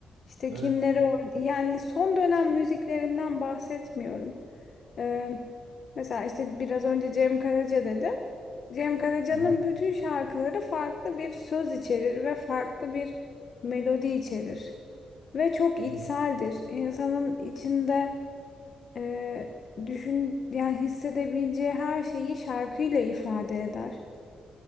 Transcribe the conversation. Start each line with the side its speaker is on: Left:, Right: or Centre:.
Left: İşte
Right: Evet.
Left: kimleri or- yani son dönem müziklerinden bahsetmiyorum. Ee, mesela işte biraz önce Cem Karaca dedim. Cem Karaca'nın
Right: Hı hı.
Left: bütün şarkıları farklı bir söz içerir ve farklı bir melodi içerir. Ve çok içseldir.
Right: Hı hı.
Left: İnsanın içinde e, düşün yani hissedebileceği her şeyi şarkıyla ifade eder.